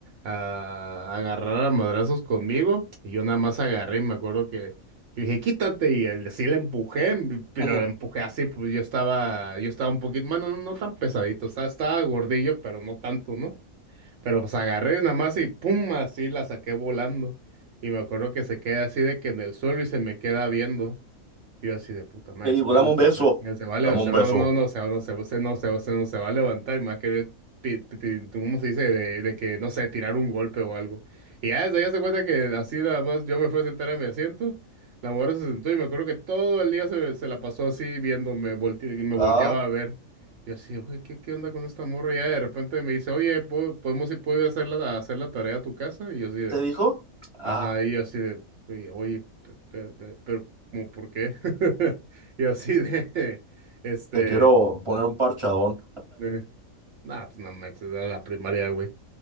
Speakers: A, on the right; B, on the right.
A: ah, agarrar a madrazos conmigo. Y yo nada más agarré y me acuerdo que le dije, quítate. Y él- sí le empujé, pero
B: Ujú.
A: le empujé así, pues yo estaba, yo estaba un poquito, bueno, no, no tan pesadito, estaba, estaba gordillo, pero no tanto, ¿no? Pero pues agarré nada más y pum, así la saqué volando. Y me acuerdo que se queda así de que en el suelo y se me queda viendo. Yo así de puta madre,
B: Y,
A: se
B: pues,
A: vale,
B: dame un
A: se,
B: beso.
A: se- se vale,
B: Dame
A: o sea,
B: un beso.
A: no, no, no, se, no, se, se- no, se, se- no se va a levantar y me va a querer, pi- pi- pi- ¿cómo se dice? De, de que, no sé, tirar un golpe o algo. Y ya desde ahí se cuenta que así nada más yo me fui a sentar a mi asiento, la mujer se sentó y me acuerdo que todo el día se, se la pasó así viéndome, volte, y me volteaba
B: ah
A: a ver. Y así, güey, ¿qué, qué onda con esta morra? Y ya de repente me dice, oye, ¿po- ¿podemos ir, puedo ir a hacer la, a hacer la tarea a tu casa? Y yo así de...
B: ¿Te dijo? Ah,
A: Ajá, y yo así de, "Oye, oye, pe- pe- pe- pero, ¿cómo por qué? <laughs> Y yo así de, <laughs> este,
B: te quiero poner un parchadón.
A: eh, nah, pues no manches, era la primaria, güey.